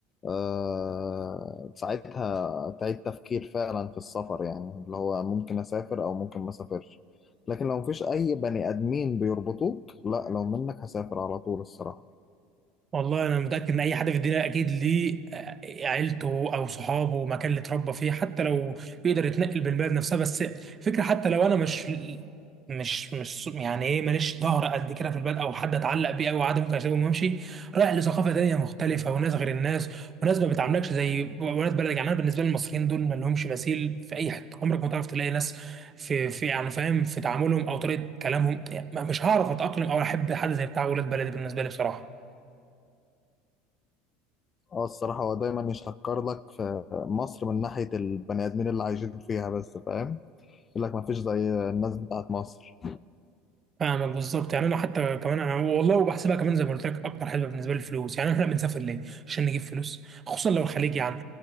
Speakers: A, on the left (about 30°); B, on the right (about 35°).
A: آه، ساعتها تعيد تفكير فعلا في السفر يعني اللي هو ممكن أسافر أو ممكن ما أسافرش لكن لو مفيش أي بني آدمين بيربطوك لا لو منك هسافر على طول الصراحة
B: والله انا متاكد ان اي حد في الدنيا اكيد ليه آه، عيلته او صحابه مكان اللي اتربى فيه حتى لو بيقدر يتنقل بالبلد نفسها بس فكره حتى لو انا مش مش مش يعني ايه ماليش ظهر قد كده في البلد او حد اتعلق بيه او عادي ممكن اسيبهم وامشي رايح لثقافه تانيه مختلفه وناس غير الناس وناس ما بتعاملكش زي ولاد بلد يعني انا بالنسبه لي المصريين دول ما لهمش مثيل في اي حته عمرك ما تعرف تلاقي ناس في في يعني فاهم في تعاملهم او طريقه كلامهم يعني مش هعرف اتاقلم او احب حد زي بتاع ولاد بلدي بالنسبه لي بصراحه
A: اه الصراحة هو دايما يشكر لك في مصر من ناحية البني آدمين اللي عايشين فيها بس فاهم يقول لك مفيش زي الناس بتاعت مصر
B: فاهمك بالظبط يعني انا حتى كمان انا والله وبحسبها كمان زي ما قلت لك اكتر حسبه بالنسبه لي الفلوس يعني احنا بنسافر ليه؟ عشان نجيب فلوس خصوصا لو الخليج يعني